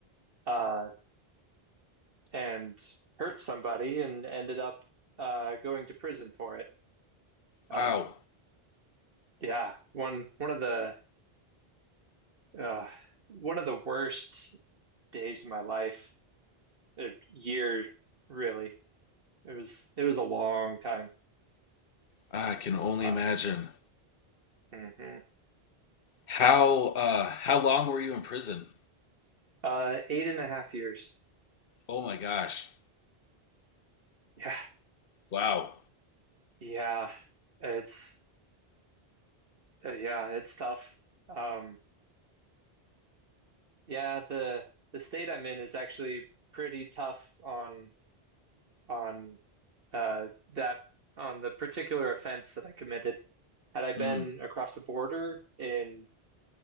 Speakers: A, on the right; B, on the left.
A: uh, and hurt somebody and ended up uh, going to prison for it. Um,
B: Wow,
A: yeah, one one of the uh, one of the worst days of my life, a year really. It was it was a long time.
B: I can only
A: Uh,
B: imagine.
A: mhm.
B: How uh, how long were you in prison?
A: Uh, eight and a half years.
B: Oh my gosh!
A: Yeah,
B: Wow.
A: yeah. It's Uh, Yeah, it's tough. Um, yeah, the the state I'm in is actually pretty tough on on uh that on the particular offense that I committed. Had I been
B: Mm.
A: across the border in